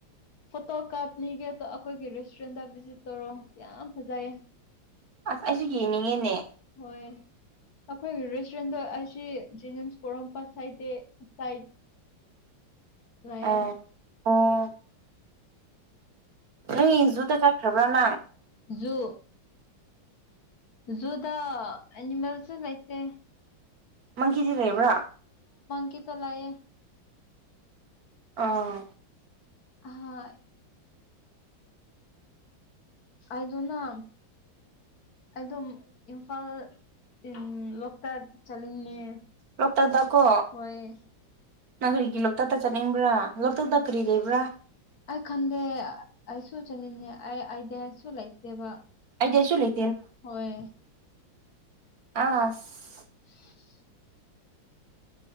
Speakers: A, on the left; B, on the right.
A: ꯐꯣꯇꯣ ꯀꯥꯞꯂꯤꯒꯦ <unintelligible> ꯑꯩꯈꯣꯏꯒꯤ ꯔꯦꯁꯇꯨꯔꯦꯟꯗ ꯚꯤꯖꯤꯠ ꯇꯧꯔꯣ ꯌꯥꯝ ꯐꯖꯩꯌꯦ
B: ꯑꯁ ꯑꯩꯁꯨ ꯌꯦꯡꯅꯤꯡꯉꯦꯅꯦ
A: ꯎꯝ ꯍꯣꯏꯌꯦ ꯑꯈꯣꯏꯒꯤ ꯔꯦꯁꯇꯨꯔꯦꯟꯗꯣ ꯑꯁꯤ ꯖꯦꯅꯤꯝꯁ ꯄꯣꯔꯣꯝꯄꯥꯠ ꯁꯥꯏꯠꯗꯦ ꯁꯥꯏꯠ ꯂꯩꯌꯦ
B: ꯑ ꯑꯣ ꯅꯪ ꯏꯟꯖꯨꯗꯣ ꯆꯠꯈ꯭ꯔꯕ ꯅꯪ
A: ꯖꯨ ꯖꯨꯨꯗꯥ ꯑꯦꯅꯤꯃꯦꯜꯁꯨ ꯂꯩꯇꯦ
B: ꯃꯪꯀꯤꯗꯤ ꯂꯩꯕ꯭ꯔ
A: ꯀꯤꯇꯣ ꯂꯩꯌꯦ
B: ꯑꯥ
A: ꯑꯍꯣꯏ ꯑꯥꯏꯗꯣꯅꯥꯝ ꯑꯗꯨꯝ ꯏꯝꯐꯥꯜ ꯏꯝꯂꯣ ꯇ ꯆꯂꯤꯡꯉꯦ
B: ꯂꯣꯛꯇꯥꯛꯇꯀꯣ
A: ꯍꯣꯏꯌꯦ
B: ꯀꯔꯤꯒꯤ ꯂꯣꯛꯇꯛꯇ ꯆꯠꯅꯤꯡꯕ꯭ꯔꯥ ꯂꯣꯛꯇꯛꯇ ꯀꯔꯤ ꯂꯩꯕ꯭ꯔꯥ
A: ꯑꯩ ꯈꯟꯗꯦ ꯑꯩꯁꯨ ꯆꯅꯤꯡꯉꯦ ꯑꯩ ꯑꯩꯗꯤꯌꯥꯁꯨ ꯂꯩꯇꯦꯕ
B: ꯑꯥꯏꯗ꯭ꯌꯁꯨ ꯂꯩ
A: ꯍꯣꯏ
B: ꯑꯁ
A: <inaudible>